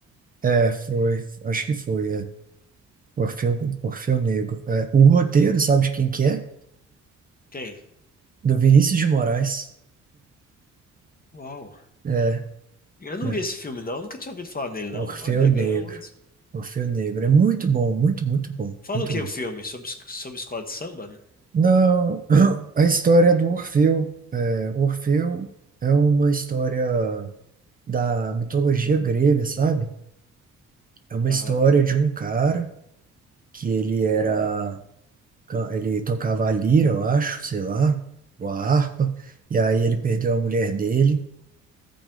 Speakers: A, on the right (about 30°); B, on the left (about 30°).
A: É, foi, acho que foi, é. Orfeu, Orfeu Negro. É, o roteiro, sabe de quem que é?
B: Quem?
A: do Vinícius de Moraes.
B: Uau.
A: É,
B: Eu não
A: é.
B: vi esse filme, não. Nunca tinha ouvido falar nele,
A: Orfeu
B: não. Olha,
A: Negro.
B: ganhou um Oscar.
A: Orfeu Negro. É muito bom, muito, muito bom,
B: Fala
A: muito
B: o que
A: bom.
B: o filme? Sobre, es- sobre escola de samba? né?
A: Não, <clears throat> a história do Orfeu. É, Orfeu é uma história da mitologia grega, sabe? É uma
B: Aham.
A: história de um cara que ele era, ele tocava a lira, eu acho, sei lá, ou a harpa, e aí ele perdeu a mulher dele,